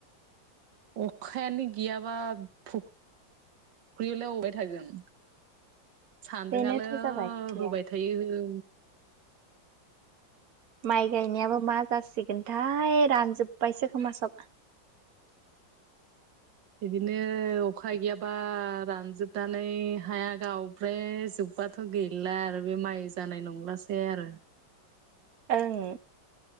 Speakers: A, on the right (about 75°); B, on the right (about 55°).
A: अखायानो गैयाबा फुख्रि-यावलाय अवबाय थागोन सान्दोंङाल'
B: बेनोथ' जाबाय खोथाया
A: होबाय थायो
B: माइ गायनायाबो मा जासिगोनथाय रानजोबबायसो खोमा सब
A: बिदिनो अखा गैयाबा रानजोबनानै हाया गाव ओमफ्राय जोब्बाथ' गैला आरो बे माइ जानाय नंलासै आरो
B: ओं